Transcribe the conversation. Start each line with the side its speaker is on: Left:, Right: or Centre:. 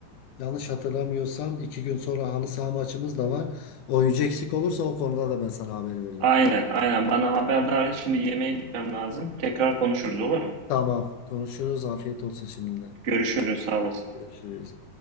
Left: yanlış hatırlamıyorsam iki gün sonra halı saha maçımız da var. Oyuncu eksik olursa o konuda da ben sana haber veririm.
Right: Aynen aynen bana haberdar et. Şimdi yemeğe gitmem lazım. Tekrar konuşuruz olur mu?
Left: Tamam konuşuruz. Afiyet olsun şimdiden.
Right: Görüşürüz sağ olasın.
Left: Görüşürüz.